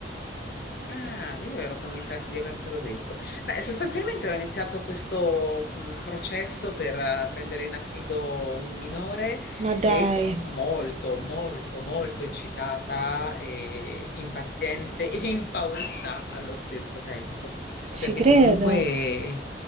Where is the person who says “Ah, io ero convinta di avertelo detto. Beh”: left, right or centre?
Left